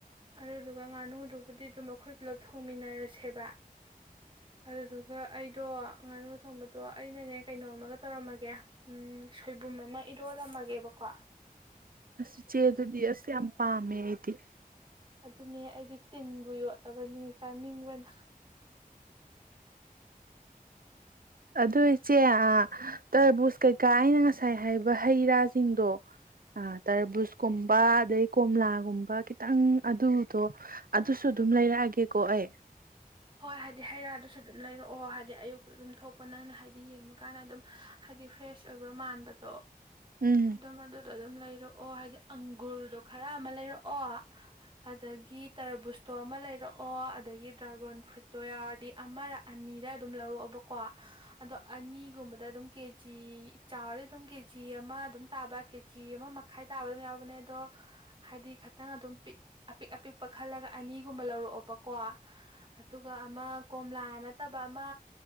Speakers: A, on the right; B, on the right.
A: ꯑꯗꯨꯗꯨꯒ ꯉꯥꯅꯨꯗꯨꯕꯨꯗꯤ ꯑꯗꯨꯝ ꯑꯩꯈꯣꯏ ꯄꯨꯂꯞ ꯊꯣꯡꯃꯤꯟꯅꯔꯁꯦꯕ ꯑꯗꯨꯗꯨꯒ ꯑꯩꯗꯣ ꯉꯥꯅꯨ ꯊꯣꯡꯕꯗꯣ ꯑꯩꯅꯅꯦ ꯀꯩꯅꯣꯝꯃꯒ ꯇꯧꯔꯝꯃꯒꯦ ꯁꯣꯏꯕꯨꯝ ꯑꯃ ꯏꯔꯣꯜꯂꯝꯝꯃꯒꯦꯕꯀꯣ
B: ꯑꯁ ꯆꯦ ꯑꯗꯨꯗꯤ ꯑꯁ ꯌꯥꯝ ꯄꯥꯝ ꯃꯃꯦꯗꯤ
A: ꯑꯗꯨꯅꯦ ꯑꯩꯗꯤ ꯇꯤꯟꯕꯨ ꯌꯣꯠꯂꯕꯅꯤ ꯆꯥꯅꯤꯡꯕꯅ
B: ꯑꯗꯨ ꯏꯆꯦ ꯇꯔꯕꯨꯖ ꯀꯩꯀꯥ ꯑꯩꯅ ꯉꯁꯥꯏ ꯍꯥꯏꯕ ꯍꯩ ꯔꯥꯁꯤꯡꯗꯣ ꯇꯔꯕꯨꯖꯀꯨꯝꯕ ꯑꯗꯩ ꯀꯣꯝꯂꯥꯒꯨꯝꯕ ꯈꯤꯇꯪ ꯑꯗꯨꯗꯣ ꯑꯗꯨꯁꯨ ꯑꯗꯨꯝ ꯂꯩꯔꯛꯑꯒꯦꯀꯣ ꯑꯩ
A: ꯍꯣꯏ ꯍꯥꯏꯗꯤ ꯍꯩ ꯔꯥꯗꯨꯁꯨ ꯑꯗꯨꯝ ꯂꯩꯔꯛꯑꯣ ꯍꯥꯏꯗꯤ ꯑꯌꯨꯛ ꯑꯗꯨꯝ ꯊꯣꯛꯄ ꯅꯪꯅ ꯍꯥꯏꯗꯤ ꯌꯦꯡꯕ ꯀꯥꯟꯗ ꯑꯗꯨꯝ ꯍꯥꯏꯗꯤ ꯐ꯭ꯔꯦꯁ ꯑꯣꯏꯕ ꯃꯥꯟꯕꯗꯣ
B: ꯎꯝ
A: ꯑꯗꯣ ꯃꯗꯨ ꯑꯗꯨꯝ ꯂꯩꯔꯛꯑꯣ ꯍꯥꯏꯗꯤ ꯑꯪꯒꯨꯔꯗꯣ ꯈꯔ ꯑꯃ ꯂꯩꯔꯛꯑꯣ ꯑꯗꯒꯤ ꯇꯔꯕꯨꯁꯇꯣ ꯑꯃ ꯂꯩꯔꯛꯑꯣ ꯑꯗꯒꯤ ꯗ꯭ꯔꯥꯒꯣꯟ ꯐ꯭ꯔꯤꯇꯣꯌꯥꯔꯗꯤ ꯑꯃꯔꯥ ꯑꯅꯤꯔꯥ ꯑꯗꯨꯝ ꯂꯧꯔꯛꯑꯣꯕꯀꯣ ꯑꯗꯣ ꯑꯅꯤꯒꯨꯝꯕꯗ ꯑꯗꯨꯝ ꯀꯦꯖꯤ ꯆꯥꯎꯔꯗꯤ ꯑꯗꯨꯝ ꯀꯦꯖꯤ ꯑꯃ ꯑꯗꯨꯝ ꯇꯥꯕ ꯀꯦꯖꯤ ꯑꯃ ꯃꯈꯥꯏ ꯇꯥꯕ ꯑꯗꯨꯝ ꯌꯥꯎꯕꯅꯦ ꯑꯗꯣ ꯍꯥꯏꯗꯤ ꯈꯤꯇꯪ ꯑꯗꯨꯝ ꯄꯤꯛ ꯑꯄꯤꯛ ꯑꯄꯤꯛꯄ ꯈꯜꯂꯒ ꯑꯅꯤꯒꯨꯝꯕ ꯂꯧꯔꯛꯑꯣꯕꯀꯣ ꯑꯗꯨꯒ ꯑꯃ ꯀꯣꯝꯂꯥ ꯅꯠꯇꯕ ꯑꯃ